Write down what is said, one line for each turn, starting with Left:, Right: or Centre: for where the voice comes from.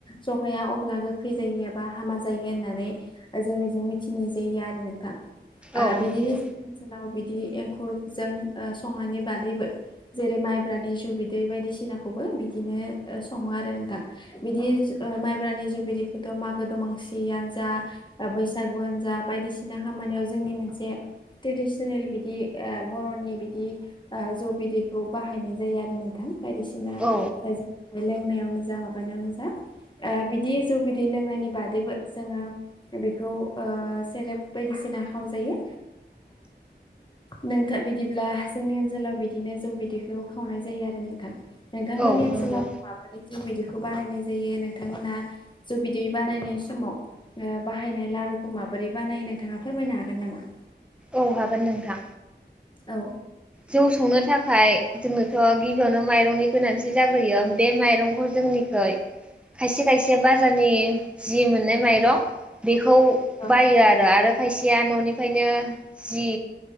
Left: जखाया अब्ला गोख्रै जायो एबा हामा जायो होननानै जोंनिजों मिथिनाय जायो आरो नोंथां। ओ
Centre: औ
Left: बिदिनो
Centre: नंगौ
Left: जोंनि ओनसोलाव बिदि एंखुरजों ओ संनायनि बादैबो जेरै माइब्रानि जु बिदै बायदिसिनाखौबो बिदिनो ओ सङो आरो नोंथां बिदि ओ माइब्रानि जौ बिदैखौथ' मागो दमांसियानो जा बैसागुआानो जा बायदिसिना खा मानि जोंनि मोनसे ट्रेडिसनेल बिदि ओ बर'नि बिदि ओ जौ बिदैखौ बाहायनाय जायो आरो नोंथां बायदिसिना
Centre: औ
Left: लोंनायावनो जा माबानायावनो जा। ओ बिदि जौ बिदै लोंनायनि बादैबो जोङो बेखौ ओ सेरेब बायदिसो सिना खाम जायो नोंथां बिदिब्ला जोंनि ओनसोलाव बिदिनो जौ बिदैखौ खावनाय जायो आरो नोंथां नोंथांमोननि
Centre: औ
Left: ओनसोलाव
Centre: नंगौ
Left: माबोरै जौ बिदैखौ बानायनाय जायो नोंथांमोना जौ बिदै बानायनाय समाव ओ बाहायनाय लारुखौ माबोरै बानायो नोंथाङा फोरमायनो हागोन नामा?
Centre: औ हागोन नोंथां
Left: औ
Centre: जौ संनो थाखाय जोंनोथ' गिबियावनो माइरंनि गोनांथि जाग्रोयो बे माइरंखौ जोंनिखै खायसे खायसे बाजारनि जि मोननाय माइरं बेखौ बायो
Left: औ
Centre: आरो आरो खायसेया न'निफ्रायनो जि